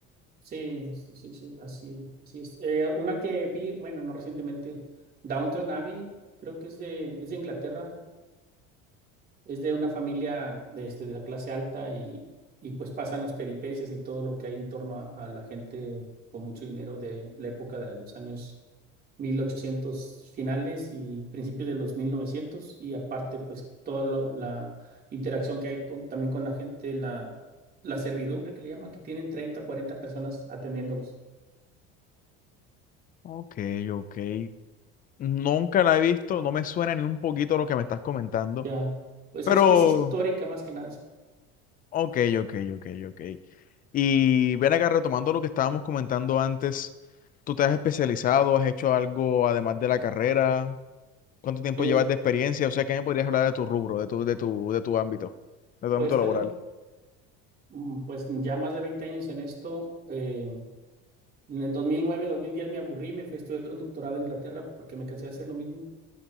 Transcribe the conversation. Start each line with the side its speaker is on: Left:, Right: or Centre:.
Right: Sí, sí, sí, sí, así, así es. Eh, una que vi, bueno, no recientemente, Downton Abbey, creo que es de, es de Inglaterra, es de una familia de, este, de la clase alta y, y pues pasan las peripecias y todo lo que hay en torno a, a la gente con mucho dinero de la época de los años 1800 finales y principios de los mil novecientos y aparte pues toda la interacción que hay con, también con la gente, la, la servidumbre que le llaman, que tienen 30, 40 personas atendiéndolos.
Left: Ok, ok. Nunca la he visto, no me suena ni un poquito lo que me estás comentando,
Right: Ya, pues
Left: pero
Right: es que es histórica más que nada. sí.
Left: ok, ok, ok, ok. Y ven acá retomando lo que estábamos comentando antes, ¿tú te has especializado, has hecho algo además de la carrera? ¿Cuánto tiempo
Right: Eh,
Left: llevas de experiencia? O sea, ¿qué me podrías hablar de tu rubro, de tu, de tu, de tu ámbito, de tu
Right: pues
Left: ámbito laboral?
Right: tengo mm, pues ya más de 20 años en esto. Eh, en el dos dos mil nueve, dos mil diez me aburrí, me fui a estudiar un doctorado en Inglaterra porque me cansé de hacer lo mismo.